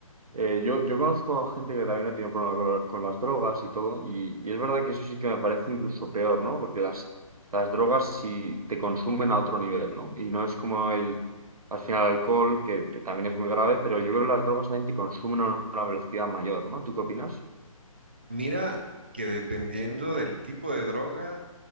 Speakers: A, on the right; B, on the right.
A: Eh, yo, yo conozco a gente que también ha tenido problemas con, lo- con las drogas y todo, y, y es verdad que eso sí que me parece incluso peor, ¿no? Porque las, las drogas sí te consumen a otro nivel, ¿no? Y no es como el, al final, el alcohol, que, que también es muy grave, pero yo creo que las drogas también te consumen a una velocidad mayor, ¿no? ¿Tú qué opinas?
B: Mira que dependiendo del tipo de droga,